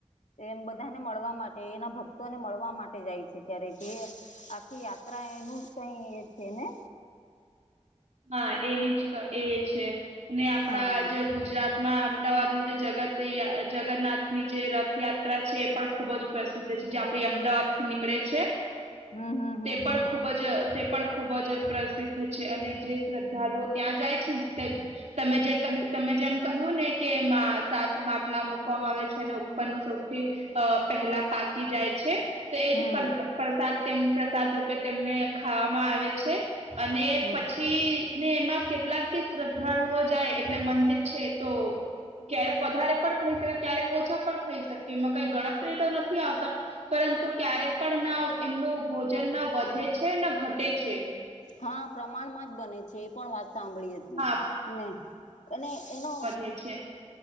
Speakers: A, on the left; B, on the right.
A: એમ બધાને મળવા માટે એના ભક્તોને મળવા માટે જાય છે ત્યારે તે આખી યાત્રા.... ત્રા એનું જ કઈ એ છે ને?
B: હા એની જ ક એ છે ને આપડા
A: હા
B: જ... ગુજરાતમાં અમદાવાદની જે જગત જગન્નાથ ની જે રથયાત્રા છે એ પણ ખુબ જ... પ્રસિદ્ધ છે જે આપડી અમદાવાદ થી નીકળે છે
A: હમ હમ હમ
B: તે પણ
A: હમ
B: ખૂબ જ અ તેપણ... પણ ખુબ જ પ્રસિદ્ધ છે અને જે શ્રદ્ધાળુઓ ત્યાં જાય છે ને... તે જ તમે જે કહ્યું. તમે જેમ કહ્યું ને કે માં સાત માટલામાં મૂકવામાં આવે છે અને ઉપરનું સૌથી... અ પહેલા પાકી જાય છે. તો એજ
A: હમ
B: પ્રસાદ પ્રસાદ તેમ રૂપે તેમને ખાવામાં આવે છે. અને
A: હમ
B: પછી... પછી ને એમાં કેટલાક બી શ્રદ્ધાળુ ઓ જાય એટલે મંદિર છે તો... ક્યારેક વધારે પણ થઈ શકે ક્યારેક ઓછા પણ થઈ શકે એમાં કઈ ગણતરી તો નથી આવતા. પરંતુ ક્યારેક પણ ના એમનું ભોજન ના વધે છે ના ઘટે છે.
A: હ પ્રમાણમાં જ બને છે એ પણ વાત સાંભળી હતી
B: હા
A: ને અને એનો...
B: એ છે.